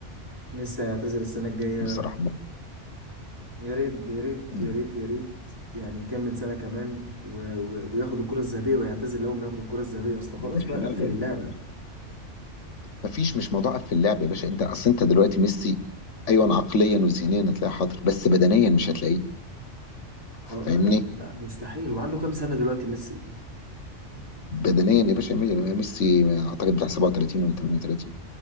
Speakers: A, on the right; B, on the left.
A: ميسي هيعتزل السنة الجاية
B: بصراحه
A: يا ريت يا ريت
B: مم.
A: يا ريت يا ريت يعني يكمل سنة كمان و... و... وياخد الكرة الذهبية ويعتزل أول ما ياخد الكرة الذهبية أصل خلاص
B: يا باشا
A: بقى
B: لا
A: قفل
B: لا
A: اللعبة
B: لا. مفيش مش مضاعف في اللعب يا باشا انت اصل انت دلوقتي ميسي ايوه عقليا وذهنيا هتلاقيه حاضر بس بدنيا مش هتلاقيه
A: خلاص
B: فاهمني
A: لا لا لا مستحيل وعنده كام سنة دلوقتي ميسي
B: بدنيا يا باشا مي- ميسي اعتقد بتاع 37 ولا 38